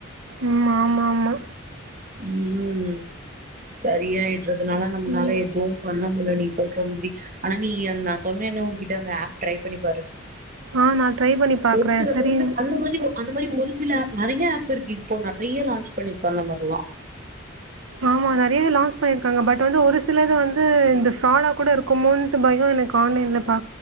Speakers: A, on the right (about 80°); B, on the right (about 40°).
A: உம் ஆமா ஆமா
B: உம் சரியாய் ன்றதுனால நம்மனால
A: ம்
B: எதுவு பண்ண முள்ள நீ சொல்ற மாத்ரி ஆனா நீ நா சொன்னேன்னு உன்கிட்ட அந்த ஆப் ட்ரை பண்ணி பாரு
A: ஆஹ் நா ட்ரை பண்ணி பாக்குறே
B: ஒரு சில
A: செரி
B: ஒரு சில அந்த மாரி அந்த மாரி ஒரு சில ஆப் நறைய ஆப் இருக்கு இப்ப நறைய லான்ச் பண்ணிப்ப அந்த மாரிலா
A: ஆமா நறைய லான்ச் பண்ணிருக்காங்க பட் வந்து ஒரு சிலது வந்து இந்த ஃப்ராடா கூட இருக்குமேன்ட்டு பயம் எனக்கு ஆன்லைன்ல பா